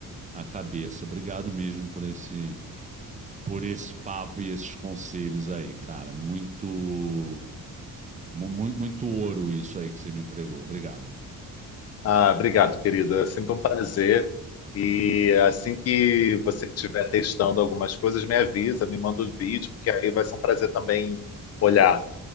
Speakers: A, on the right; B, on the left.
A: a cabeça. Obrigado mesmo por esse, por esse papo e esses conselhos aí, cara. Muito, mu- mu- muito ouro isso aí que você me entregou. Obrigado.
B: Ah, obrigado, querida. É sempre um prazer. E assim que você estiver testando algumas coisas, me avisa, me manda o vídeo, que aí vai ser um prazer também olhar